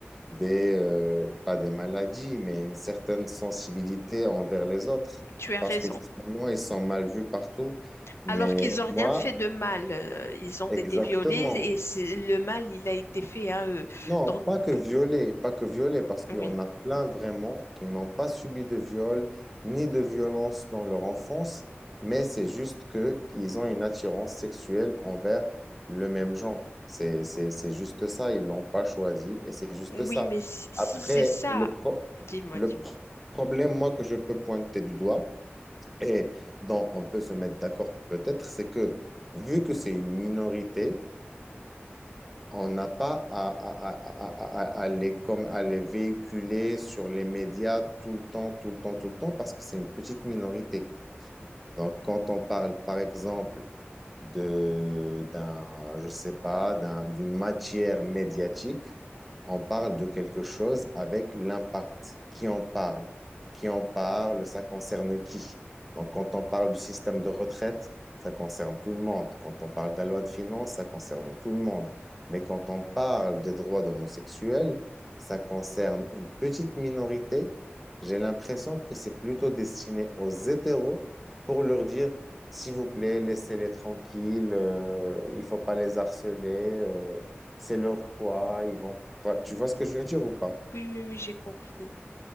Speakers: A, in the centre; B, on the left.
A: des, euh, pas des maladies, mais une certaine sensibilité envers les autres.
B: tu as
A: Parce
B: raison.
A: que justement, ils sont mal vus partout. Mais
B: Alors qu'ils n'ont rien
A: moi,
B: fait de mal, euh, ils ont
A: exactement.
B: été violés et c'est- le mal, il a été fait à eux.
A: Non,
B: Donc,
A: pas que violer,
B: euh,
A: pas que violer, parce qu'il
B: oui,
A: y en a plein vraiment qui n'ont pas subi de viol ni de violence dans leur enfance, mais c'est juste que ils ont une attirance sexuelle envers le même genre. C'est, c'est, c'est juste ça, ils l'ont pas choisi et c'est
B: oui,
A: juste ça.
B: mais si, si
A: Après,
B: c'est ça,
A: le pro-
B: dis-moi,
A: le
B: dis-moi.
A: pro- problème, moi, que je peux pointer du doigt et dont on peut se mettre d'accord peut-être, c'est que vu que c'est une minorité, on n'a pas à, à- à- à- à- les, comme, à les véhiculer sur les médias tout le temps, tout le temps, tout le temps, parce que c'est une petite minorité. Donc, quand on parle, par exemple, de, d'un, je sais pas, d'un, d'une matière médiatique, on parle de quelque chose avec l'impact. Qui en parle? Qui en parle? Ça concerne qui? Donc, quand on parle du système de retraite, ça concerne tout le monde. Quand on parle de la loi de finances, ça concerne tout le monde. Mais quand on parle des droits d'homosexuels, ça concerne une petite minorité. J'ai l'impression que c'est plutôt destiné aux hétéros pour leur dire s'il vous plaît, laissez-les tranquilles. euh, il faut pas les harceler. euh, c'est leur choix. Ils vont. Enfin, tu vois ce que je veux dire ou pas?
B: Oui, oui, oui, j'ai compris.